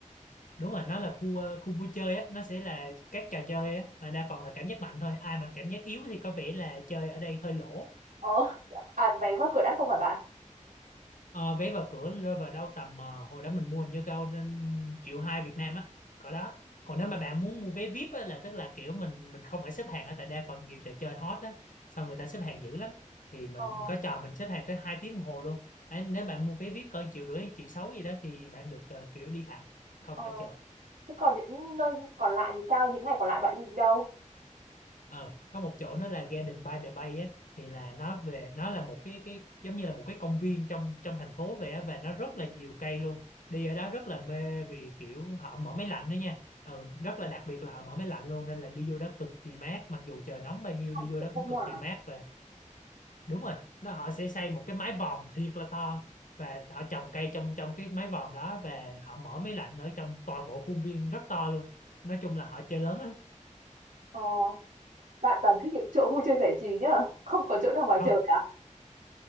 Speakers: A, on the left (about 85°); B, on the right (about 80°).
A: đúng rồi nó là khu ờ, khu vui chơi á nó sẽ là các trò chơi á mà đa phần là cảm giác mạnh thôi ai mà cảm giác yếu thì có vẻ là chơi ở đây hơi lỗ
B: ờ à vé vào cửa đắt không phải bạn
A: Ờ, vé vào cửa rơi vào đâu tầm ờ, hồi đó mình mua hình như cao nên triệu hai Việt Nam á cỡ đó còn nếu mà bạn muốn mua vé VIP á, là tức là kiểu mình mình không phải xếp hàng ở tại đa phần nhiều trò chơi hot á xong người ta xếp hàng dữ lắm thì mình
B: ờ
A: có trò mình xếp hàng tới 2 tiếng đồng hồ luôn Đấy, nếu bạn mua vé VIP cỡ triệu rưỡi triệu sáu gì đó thì bạn được ờ, kiểu đi thẳng không
B: ờ
A: phải chờ
B: thế còn những nơi còn lại thì sao những ngày còn lại bạn đi đến đâu
A: ờ có một chỗ nó là Garden by the Bay á thì là nó về nó là một cái cái giống như là một cái công viên trong trong thành phố vậy á và nó rất là nhiều cây luôn đi ở đó rất là mê vì kiểu họ mở máy lạnh đó nha ừ, rất là đặc biệt là họ mở máy lạnh luôn nên là đi vô đó cực kỳ mát mặc dù trời nóng bao nhiêu
B: Không,
A: đi vô
B: cũng
A: đó cũng
B: trong
A: cực
B: nhà,
A: kỳ mát và đúng rồi nó họ sẽ xây một cái mái vòm thiệt là to và họ trồng cây trong trong cái mái vòm đó và họ mở máy lạnh ở trong toàn bộ khuôn viên rất to luôn nói chung là họ chơi lớn lắm
B: ờ, bạn toàn thích những chỗ vui chơi giải trí nhá không có chỗ nào ngoài
A: không
B: trời cả